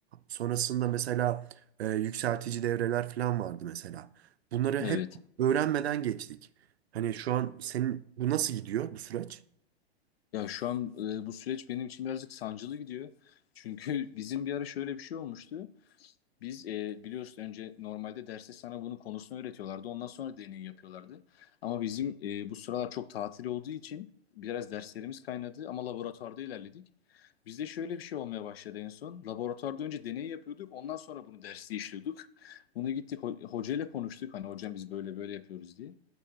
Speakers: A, on the right (about 75°); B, on the left (about 65°).
A: sonrasında mesela e, yükseltici devreler falan vardı mesela. Bunları hep
B: Evet.
A: öğrenmeden geçtik. Hani şu an senin bu nasıl gidiyor bu süreç?
B: Ya şu an e, bu süreç benim için birazcık sancılı gidiyor. Çünkü <laughs> bizim bir ara şöyle bir şey olmuştu. Biz e, biliyorsun önce normalde derste sana bunun konusunu öğretiyorlardı. Ondan sonra deney yapıyorlardı. Ama bizim e, bu sıralar çok tatil olduğu için biraz derslerimiz kaynadı ama laboratuvarda ilerledik. Bizde şöyle bir şey olmaya başladı en son. Laboratuvarda önce deney yapıyorduk. Ondan sonra bunu derste işliyorduk. Bunu gittik ho- hocayla konuştuk. Hani hocam biz böyle böyle yapıyoruz diye.